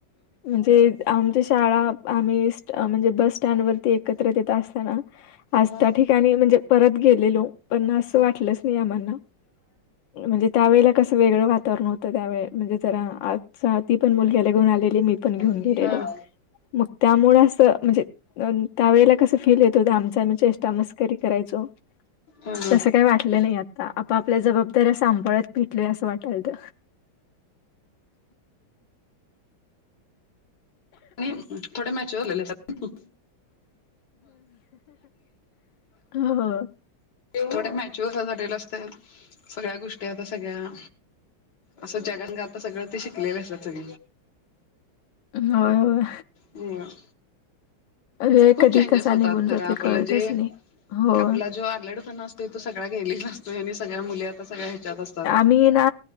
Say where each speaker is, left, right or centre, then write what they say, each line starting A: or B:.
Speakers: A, on the left; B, on the left.
A: म्हणजे आमच्या शाळा. आम्ही म्हणजे बस स्टँड वरती एकत्र येत असताना आजता
B: हा
A: ठीक. नी म्हणजे परत गेलेलो. पण असं
B: हो.
A: वाटलंच मी आम्हाना म्हणजे त्यावेेळेला कस वेगळं वातावरण होत. तर त्यावे म्हणजे जरा आ ती पण मुलग्याला घेऊन आलेली मी
B: हा
A: पण घेऊन गेलेलो.
B: हा
A: मग त्यामुळे असं म्हणजे अ त्यावेेळेला कसं फील येत होत आमचा आम्ही चेष्टा मस्करी करायचो
B: हा
A: तसं काही वाटलं नाही आत आप आपल्या जबाबदाऱ्या सांभाळत भेटलो असं वाटायलत
B: आणि थोड्या मॅचवरवरलेले हो.
A: हो
B: थोड्या मॅच्युअर झालेले असत सगळ्या गोष्टी आता सगळ्या असं जगात सगळं ते शिकलेले असतात सग
A: होय होय.
B: मग
A: वेळ
B: खूप
A: कधी
B: चेंजेस
A: कसा
B: होतात
A: निघून
B: खरं
A: जाते
B: आपलं
A: कळतच
B: जे
A: नाही होय
B: अल्लडपणा असतो. ते त सग्या गेलेला नतो आणि सगळ्या मुली आता सगळ्या ह्याच्यात असतात.
A: मीना